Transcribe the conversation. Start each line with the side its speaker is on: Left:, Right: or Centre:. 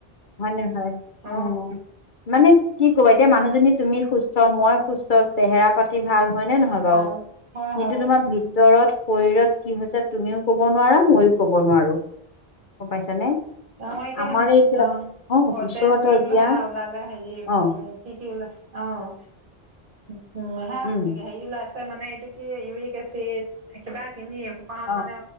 Left: হয়নে হয়
Right: অ
Left: উম। মানে কি ক'বা এতিয়া মানুহজনী তুমি সুস্থ মই সুস্থ চেহেৰা পাত ভাল হয় নে নহয় বাৰু?
Right: ভাল হয়
Left: কিন্তু
Right: হয়
Left: তোমাৰ ভিতৰত শৰীৰত কি হৈছে তুমিও ক'ব নোৱাৰা মইও ক'ব নোৱাৰো। গম পাইছানে?
Right: <unintelligible> মই এতিয়া
Left: আমাৰ
Right: অঁ।
Left: অ
Right: কৰ
Left: ওচৰতে
Right: তেজ কৰালোঁ
Left: এতিয়া
Right: হে ওলালে হেৰি উম
Left: অ
Right: কি কি ওলাল অঁ। উম হেয়াত
Left: উম
Right: হেৰি ওলাইছে মানে এইটো কি ইউৰিক এচিড কিবা খিনি এসো পাহত
Left: অ
Right: মানে